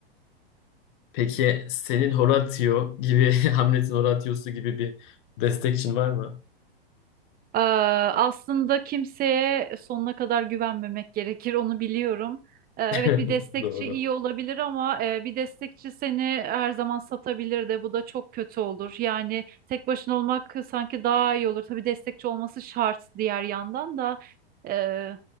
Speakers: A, on the left; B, on the right.
A: Peki senin Horatio gibi, <laughs> Hamlet'in Horatio'su gibi bir destekçin var mı?
B: Ee, aslında kimseye sonuna kadar güvenmemek gerekir, onu biliyorum. Ee, evet
A: <laughs>
B: bir destekçi
A: Doğru.
B: iyi olabilir ama e, bir destekçi seni her zaman satabilir de bu da çok kötü olur. Yani tek başına olmak sanki daha iyi olur. Tabii destekçi olması şart diğer yandan da. Ee,